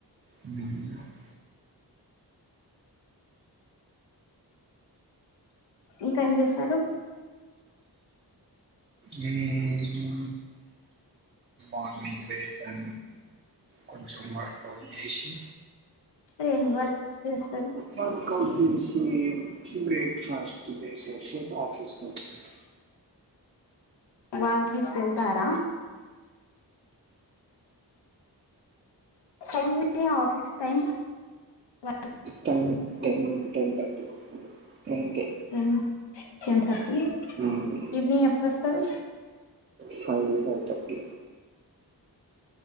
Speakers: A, on the right; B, on the left.
A: ఊ
B: ఇంకా ఏం చేశారు
A: నేను <unintelligible> కొంచెం వర్కవుట్ చేసి
B: ఎండ్ వర్క్స్ చేస్తారు
A: వర్కౌట్ దేసి బ్రేక్ఫాస్ట్ దేసి చేసి ఆఫీస్కు వచ్చేసా
B: వఫీస్ వెళ్తారా ఏముంటాయి ఆఫీస్ టై వ
A: time ten ten thirty ten కే
B: టెన్ టెన్ థర్టీ
A: ఉమ్
B: ఈవినింగ్ ఎప్పుడుొస్తారు
A: ఫైయి ఫైయి థర్టీ